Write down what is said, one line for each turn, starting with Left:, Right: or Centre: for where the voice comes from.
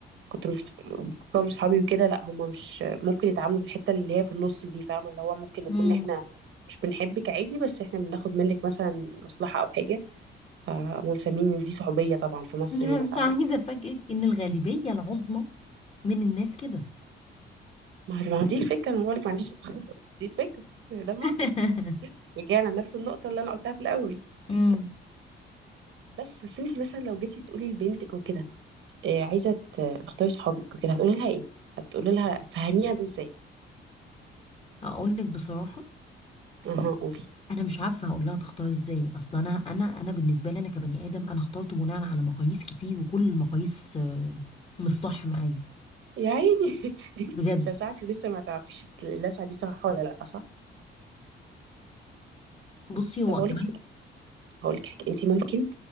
Right: كنت مف- مفكرهم صحابي وكده لا هما مش ممكن يتعاملوا بالحته اللي هي في النص دي فاهمه اللي هو ممكن نكون
Left: امم
Right: احنا مش بنحبك عادي بس احنا بناخد منك مثلا مصلحه او حاجه فهم مسمين ان دي صحوبيه طبعا في مصر
Left: <laughs> انا
Right: هنا
Left: مش
Right: فاهمه
Left: عايزه افاجئك ان الغالبيه العظمى من الناس كده
Right: ما هو ما هو دي الفكره انا بقولك ما عنديش <laughs> دي الفكره ده المنطق
Left: <laughs>
Right: رجعنا لنفس النقطه اللي انا قلتها في الاول
Left: امم
Right: بس بس انت مثلا لو جيتي تقولي لبنتك وكده إيه عايزه ت- تختاري صحابك وكده هتقولي لها ايه هتقولي لها تفهميها ده ازاي
Left: اقول لك بصراحه
Right: اها قولي
Left: انا مش عارفه هقول لها تختار ازاي اصلا انا انا انا بالنسبه لي انا كبني ادم انا اخترت بناء على مقاييس كتير وكل المقاييس آه، مش صح معايا
Right: يا عيني <laughs> انت
Left: بجد
Right: اتلسعتي ولسه ما تعرفيش اللسعه دي صح ولا لا صح
Left: بصي هو
Right: طب هقول
Left: كمان
Right: لك حاجه هقول لك حاجه انت ممكن